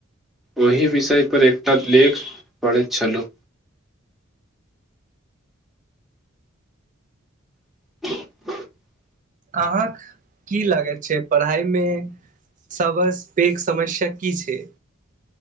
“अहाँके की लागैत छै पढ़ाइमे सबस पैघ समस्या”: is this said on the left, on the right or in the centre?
Right